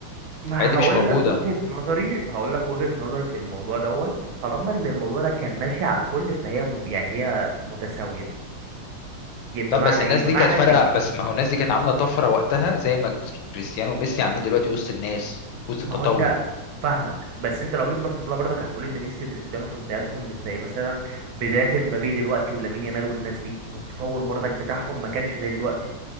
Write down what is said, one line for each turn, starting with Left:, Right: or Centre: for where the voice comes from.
Right: ما
Left: الحاجات دي
Right: هقول
Left: مش موجودة
Right: لك وجهة نظري هقول لك وجهة نظري في الموضوع دوت طالما ان الموضوع ده كان ماشي على الكل فهي م... يعني هي متساوية ي- بمعنى
Left: طب بس الناس
Right: ايه بمعنى
Left: دي كانت فارقة
Right: ان ج-
Left: بس ما هو الناس دي كانت عاملة طفرة وقتها زي ما كريستيانو وميسي عاملين دلوقتي وسط الناس وسط التطور
Right: ما هو انت فاهمك بس انت لو جيت بصيت لها برضك هتقول ان ميسي وكريستيانو في بداياتهم مش زي مثلا بداية مبابي دلوقتي ولامين يامال والناس دي ما هو التطور برضك بتاعهم ما كانش زي دلوقتي